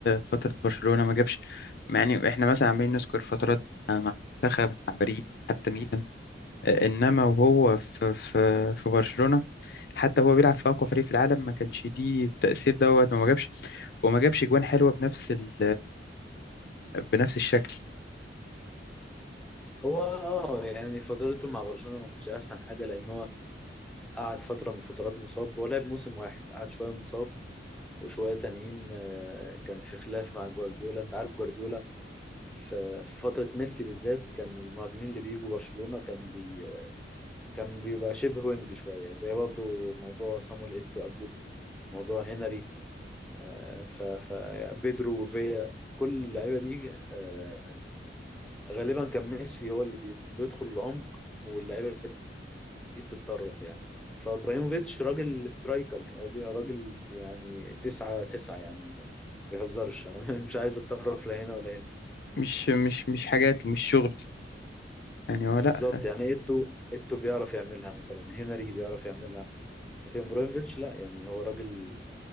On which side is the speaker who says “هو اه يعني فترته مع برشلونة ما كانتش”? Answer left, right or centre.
Centre